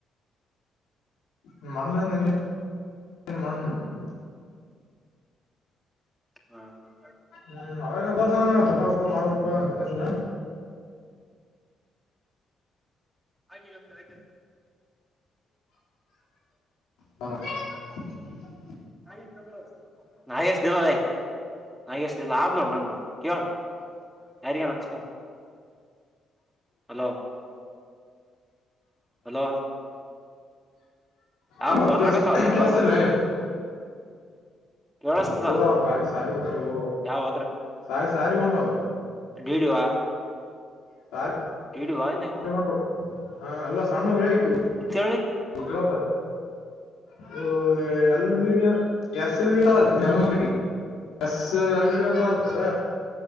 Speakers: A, on the left (about 85°); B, in the centre.
A: <unintelligible>
B: ಹ್ಮ ಹ
A: ಹ್ಮ್ ಅವಾಗ ಮಾಡಪ ಮಾಡ್ಬೇಕಪ್ಪಾ ತಿಂದ
B: ಆಕಿಗ ಅತ್ತ
A: ಸುಮ್ನಿರು <unintelligible>
B: ನಾಯಿ ಎಷ್ಟಿದಾವೆ ನಾಯಿ ಎಷ್ಟಿದಾವೆ ನಾಯಿ ಅಷ್ಟ ಲಾಭ ನೋಡು ನಂಗ ಕೇಳ ಯಾರಿಗನಹಚ್ಕ ಹಲೋ ಹಲೋ ಯಾವ
A: ಅಲ್ಲ
B: ಅದ್ರಾಗತ್ತಾವ
A: ಕೆ
B: ಅಲ್ಲೇ
A: ಕೇಳುಸಿತ್ತಲ್ಲವೇ
B: ಬಗ್ಲಾಗ ಕೇಳಸ್ತದ
A: ಹುಡುಗರು ಸಾಲಿ ಹೊಂಟವಲೆ
B: ಯಾವ ಅದ್ರ
A: ಸಾಲಿ ಸಾಲಿ ಹೊಂಟವೆ
B: <unintelligible>
A: <inaudible>
B: ಇಡವಾ ಇನ್ ಇವು
A: ಹೊಂಟವು ಹಾ ಅಲ್ಲಾ ಸಣ್ಣ ಇರಬೇಕಿವ
B: ಹೇಳಿ
A: ಉಳ್ಕೊತಾರ <inaudible> ಓ ಎಲ್ಲದಿ ಎಸ್ ಎಲ್ ಆರ್ ಚಳ್ಳಮಕಟ್ಟಿ - ಬಸ್ ಯಲ್ಲಿ ಅಂತ ಅಳ್ತದ